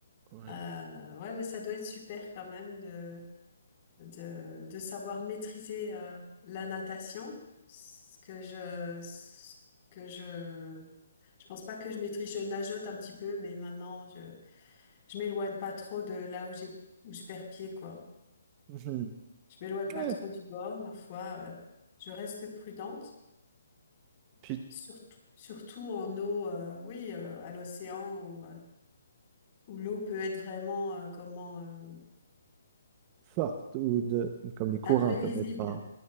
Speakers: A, on the right (about 20°); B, on the left (about 35°).
A: ouais.
B: Euh, ouais, mais ça doit être super quand même de, de, de savoir maîtriser euh, la natation, ce que je, ce que je, je pense pas que je maîtrise, je nageote un petit peu, mais maintenant je, je m'éloigne pas trop de là où j'ai, où je perds pied, quoi.
A: Mhm.
B: Je m'éloigne pas
A: Ouais.
B: trop du bord, ma foi, euh, je reste prudente.
A: Puis
B: Surtout, surtout en eau, euh, oui, euh, à l'océan où, euh, où l'eau peut être vraiment euh, comment euh,
A: forte ou de, comme les courants
B: imprévisible.
A: peuvent être forts.